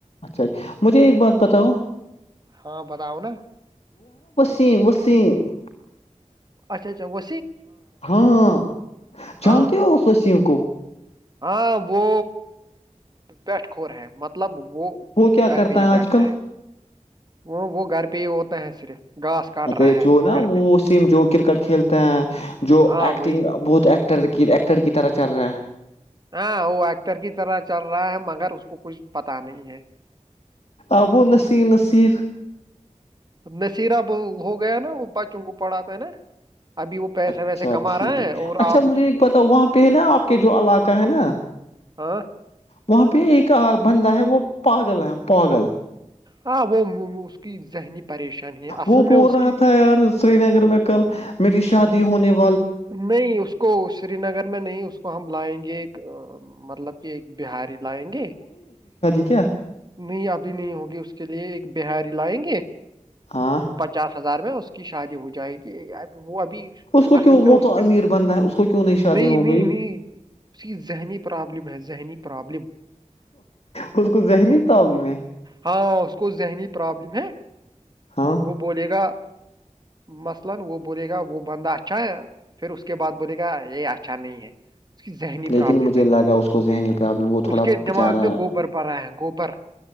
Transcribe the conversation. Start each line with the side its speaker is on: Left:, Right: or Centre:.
Left: اچھا مجھے ایک بات بتاؤ
Right: ہاں بتاؤ نا
Left: م وسیم
Right: اچھا اچھا وہ
Left: ہاں جانتے
Right: ہاں
Left: ہو اس وی کو
Right: ہاں وہ بیٹھ کور ہے مطلب
Left: وہ کیا
Right: گھر
Left: کرتا
Right: پہ ہی
Left: ہے
Right: بیٹھتا
Left: آج کل
Right: وہ وہ گھر پہ ہی ہوتا ہے صرف گھاس کاٹ
Left: ا
Right: رہا ہے
Left: جو نا
Right: گھر
Left: وہ
Right: پہ
Left: سیم جو کرکٹ کھیلتے ہیں جو
Right: ہاں
Left: ایکٹنگ
Right: وہی
Left: بہت ٹر ایکٹر کی طرح چل رہا ہے
Right: ہاں وہ ایکٹر کی طرح چل رہا ہے مگر اس کو کچھ پتا نہیں ہے
Left: ابو نصیر نصیر
Right: نشیرہ ب ہو گیا نا وہ بچوں کو پڑھاتا ہے نا ابھی وہ پیسے
Left: اچھا
Right: ویسے کما
Left: ٹھیک
Right: رہا
Left: ہے
Right: اور
Left: اچھا
Right: آپ اس
Left: مجھے ایک
Right: کے
Left: پتا وہاں پہ ہے نا آپ کے جو علاقہ ہے نا
Right: ہاں
Left: وہاں پہ ایک بندا ہے وہ پاگل ہے پاگل
Right: ہاں وہ اس کی ذہنی پریشانی ہے اصل
Left: وہ
Right: میں
Left: بول
Right: اس
Left: رہا
Right: کی
Left: تھا یار سری نگر میں کل میری شادی ہونے وال
Right: نہیں اس کو سری نگر میں نہیں اس کو ہم لائیں گے یہ ایک مطلب کہ ایک بہاری لائیں گے
Left: ا کیا
Right: نہیں ابھی نہیں ہوگی اس کے لیے ایک بہاری لائیں گے
Left: ہاں
Right: پچاس ہزار میں اس کی شادی ہو جائے گی کہ اب وہ ابھی اس
Left: کو
Right: اصل
Left: کیوں
Right: میں
Left: وہ
Right: اس
Left: تو
Right: کی
Left: امیر
Right: نہیں
Left: بندہ ہے اس کو کیوں شادی ہو
Right: نہیں
Left: گئی
Right: نہیں اس کی ذہنی پرابلم ہے ذہنی پرابلم
Left: اس کو ذہنی پرابلم ہے
Right: ہاں اس کو ذہنی پرابلم ہے
Left: ہاں
Right: وہ بولے گا مثلا وہ بولے گا وہ بندہ اچھا ایا پھر اس کے بعد بولے گا اے اچھا نہیں کی ذہنی پرابلم
Left: لیکن مجھے
Right: ہے
Left: لگا اس کو ذہنی پرابلم وہ تھوڑا
Right: اس کے دماغ
Left: بچارا
Right: میں گوبر پڑ رہا ہے گوبر